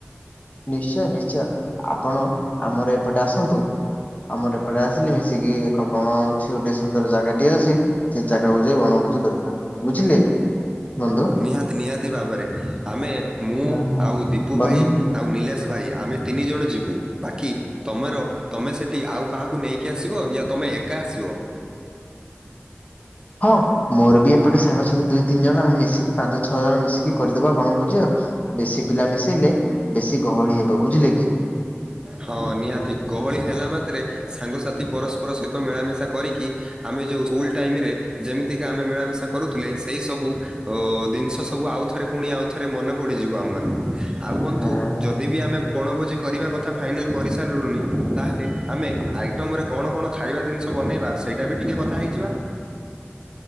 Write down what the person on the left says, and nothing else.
ନିଶ୍ଚୟ ନିଶ୍ଚୟ ଆପଣ ଆମର ଏପଟେ ଆସନ୍ତୁ। ଆମର ଏପଟେ ଆସିଲେ ମିଶିକି ଏକ ବଣ ଅଛି, ଗୋଟେ ସୁନ୍ଦର ଜାଗାଟିଏ ଅଛି। ସେ ଜାଗାକୁ ଯାଇ ବଣଭୋଜି କରିବା। ବୁଝିଲେ? ବନ୍ଧୁ।
ହଁ ହଁ।
ବନ୍
ହଁ, ମୋର ବି ଏପଟେ ସାଙ୍ଗ ଅଛନ୍ତି ଦୁଇ ତିନି ଜଣ ଆମେ ମିଶିକି ପାଞ୍ଚ ଛଅ ଜଣ ମିଶିକି କରିଦବା ବଣଭୋଜି ଆଉ। ବେଶୀ ପିଲା ମିଶେଇଲେ ବେଶୀ ଗହଳି ହେବ। ତୋ ବୁଝିଲେ କି?
ହଁ।